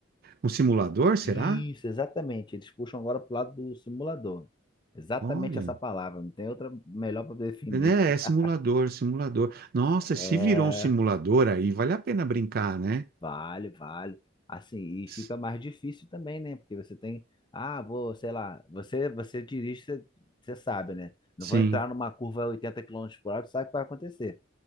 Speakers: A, on the right; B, on the left.
A: Um simulador, será?
B: Isso, exatamente. Eles puxam agora pro lado do simulador. Exatamente
A: Olha,
B: essa palavra, não tem outra melhor para definir.
A: né?
B: <laughs>
A: É simulador, simulador. Nossa,
B: É,
A: se virou um simulador aí, vale a pena brincar, né?
B: vale, vale. Assim, e fica
A: S-
B: mais difícil também, né? Porque você tem, ah, vou, sei lá, você você dirige, você, você sabe, né? Não
A: Sim,
B: vou entrar numa curva a 80 quilômetros por hora, tu sabe o que vai acontecer.